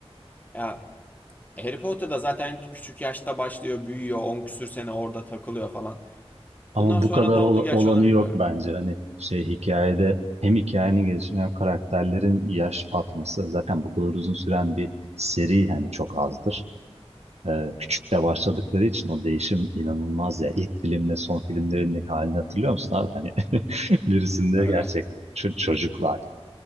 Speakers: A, on the left; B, on the right.
A: Ya Harry Potter'da zaten küçük yaşta başlıyor, büyüyor, 10 küsür sene orada takılıyor falan. Ondan
B: Ama
A: sonra
B: bu kadar
A: ne oldu
B: ol-
A: gerçi
B: olanı
A: onu bilmiyorum.
B: yok bence. Hani şey hikayede hem hikayenin gelişimi hem karakterlerin yaş atması zaten bu kadar uzun süren bir seri hani çok azdır. Ee, küçük de başladıkları için o değişim inanılmaz ya. İlk filmle son filmlerindeki halini hatırlıyor musun abi? Hani <laughs> birisinde
A: Öyle.
B: gerçek ço- çocuklar